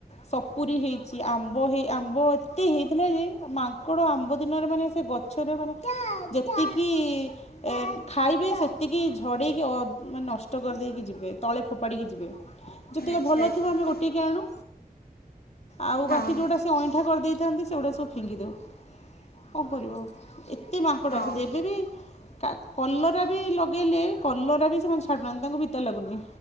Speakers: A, on the left; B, on the left.
A: ସପୁରି ହେଇଚ। ଆମ୍ବ ହେଇ ଆମ୍ବ ଏତେ ହେଇଥିଲା ଯେ ମାଙ୍କଡ ଆମ୍ବ ଦିନରେ ମାନେ ସେ ଗଛରେ ମାନେ ଯେତିକି ଏ ଖାଇବେ ସେତିକି ଝଡ଼େଇକି ମାନେ ଅ ନଷ୍ଟ କରିଦେଇକି ଯିବେ। ତଳେ ଫୋପାଡ଼ିକି ଯିବେ। ହ ଯେତିକ
B: ଆଚ୍ଛା
A: ଭଲ
B: ଆଚ୍ଛା
A: ଥିବ ଆମେ ଗୋଟେଇକି ଆଣୁ। ଆଉ
B: ହଁ
A: ବାକି ଯଉଟା ସେ ଅଇଁଠା କରିଦେଇ ଥାନ୍ତି ସେଗୁଡ଼ା ସବୁ ଫିଙ୍ଗିଦଉ। କଣ କରିବୁ ଆଉ। ଏତେ ମାଙ୍କଡ଼
B: ହଁ
A: ଆସନ୍ତି। ଏବେ ବି କା କଲରା ବି ଲଗେଇଲେ କଲରା ବି ସେମାନେ ଛାଡ଼ୁନାହାନ୍ତି ତାଙ୍କୁ ପିତା ଲାଗୁନି।